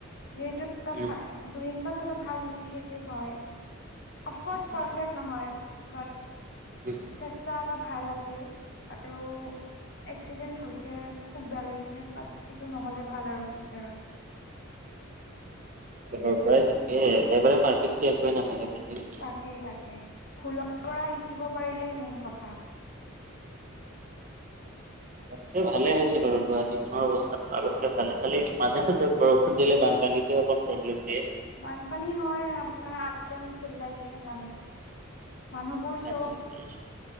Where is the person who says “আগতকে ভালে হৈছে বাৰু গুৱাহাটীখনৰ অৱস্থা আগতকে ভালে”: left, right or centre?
Right